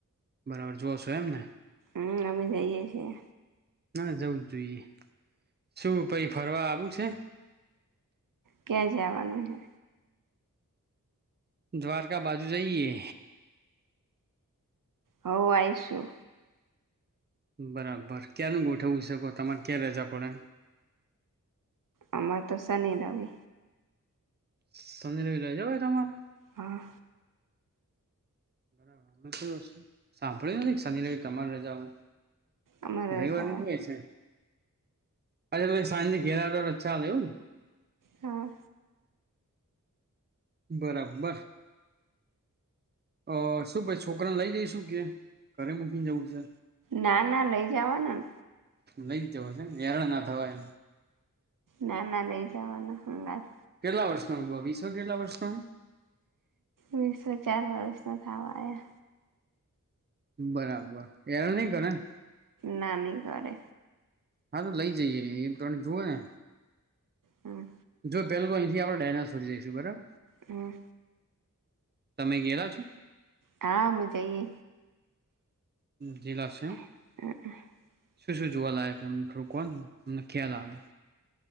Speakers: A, on the right; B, on the right.
A: બરાબર જોઓ છો એમને?
B: હમ અમે જઈએ છીએ.
A: ના જવું જ જોઈએ શું પહી ફરવા આવું છે.
B: ક્યાં જાવાનું હે
A: દ્વારકા બાજુ જઈએ
B: હો આયશું
A: બરાબર ક્યાંનું ગોઠવું છે કો તમારે ક્યાં રજા પડે?
B: આમાંર તો શની રવિ
A: શની રવી રજા હોય તમારે?
B: હા.
A: <unintelligible> સાંભળ્યું શનિ રવિ તમારે રજા હોય
B: અમારે
A: રવિવારની
B: રજા
A: હોય છે. અચછા તમે સાંજ ઘેલાતો ચાલે એવું
B: હા.
A: બરાબર. અ શું ભાઈ છોકરા લઈ જઈ શું કે ઘરે મૂકીને જવું છે?
B: ના ના લઈ જાવાના
A: લઈ જવા છે, હેરળ ના થવાય
B: ના ના લઈ જાવાના હંગાત
A: કેટલા વર્ષનો બ વિસો કેટલા વર્ષનો?
B: વીસો ચાર વર્ષ ન થવા આયા
A: બરાબર એર નઈ કરેને
B: ના નઈ કરે
A: હા તો લઈ જઈએ એ તણે જુવેને
B: હમ.
A: જો પેલું તો અહીંથી આપણે ડાયનાસોર જઈશું બરાબર
B: હા.
A: તમે ગેલા છો?
B: હા અમે જઈએ
A: ગેલા છે, એમ?
B: <inaudible>
A: શું શું જોવાલાયક અમને થોડું કોને અમને ખ્યાલ આવે